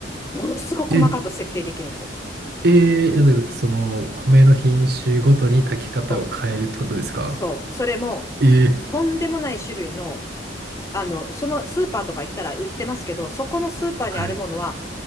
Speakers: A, on the left; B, on the right.
A: ものすごく細かく設定できるんですよ。
B: え、えー、なんかその、米の品種ごとに炊き方を変えるってことですか
A: そう、そうそれも、
B: えー、
A: とんでもない種類のあの、そのスーパーとか行ったら売ってますけど、そこのスーパーにあるものは、
B: はい。い